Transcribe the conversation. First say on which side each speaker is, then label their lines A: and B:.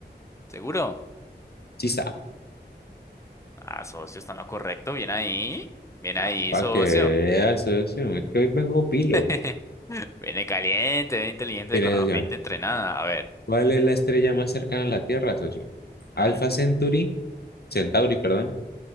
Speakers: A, on the left; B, on the left.
A: ¿Seguro?
B: Sí, sabe.
A: Ah, socio, está en lo correcto. Bien ahí. Bien ahí,
B: Ah, para
A: socio.
B: que veas, socio, es que hoy vengo pilo.
A: <laughs> Viene caliente, viene inteligente
B: Mire,
A: con la
B: socio,
A: mente entrenada. A ver.
B: ¿cuál es la estrella más cercana a la Tierra, socio?
A: ¿Mm?
B: ¿Alpha Centauri, Centauri, perdón,